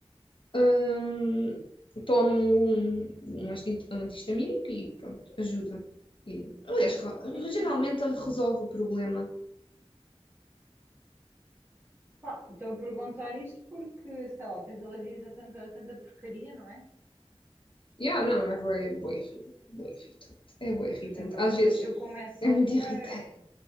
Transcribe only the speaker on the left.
hum, tomo um, um anti- um anti-histamínico e pronto, ajuda. E, aliás, ra-
geralmente resolve o problema.
Yeah, não, é bué, bué, irri- bué irritante. É bué
irritante.
Às
vezes
é muito
<laughs> irritante.